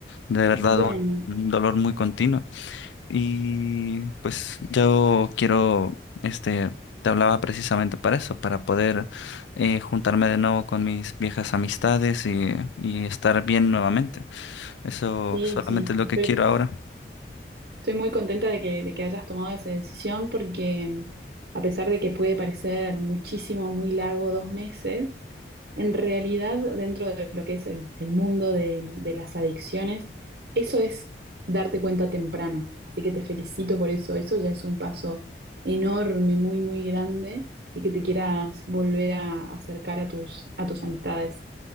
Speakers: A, on the left; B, on the right.
A: de verdad
B: Bueno,
A: un un dolor muy continuo. Y pues yo quiero, este, te hablaba precisamente para eso, para poder eh, juntarme de nuevo con mis viejas amistades y, y estar bien nuevamente. Eso
B: sí,
A: solamente
B: sí.
A: es lo
B: Estoy,
A: que quiero ahora.
B: estoy muy contenta de que, de que hayas tomado esa decisión porque mm, a pesar de que puede parecer muchísimo, muy largo, dos meses, En realidad, dentro de lo que es el, el mundo de, de las adicciones, eso es darte cuenta temprano. Así que te felicito por eso. Eso ya es un paso enorme, muy, muy grande, y que te quieras volver a acercar a tus, a tus amistades.